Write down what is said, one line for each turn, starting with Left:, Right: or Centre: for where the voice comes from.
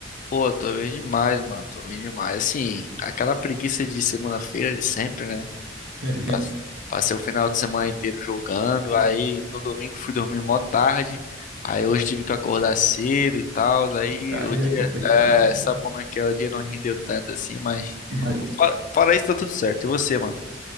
Left: Pô, tô bem demais, mano. Tô bem demais. Assim, aquela preguiça de segunda-feira de sempre, né?
Right: <laughs>
Left: Pass- Passei o final de semana inteiro jogando. Aí no domingo fui dormir mó tarde. Aí hoje tive que acordar cedo e tal. Aí
Right: Aí
Left: o dia.
Right: é complicado,
Left: É,
Right: meu.
Left: sabe como é que é? O dia não rendeu tanto assim, mas.
Right: Mas,
Left: Fora, fora isso, tá tudo certo. E você, mano?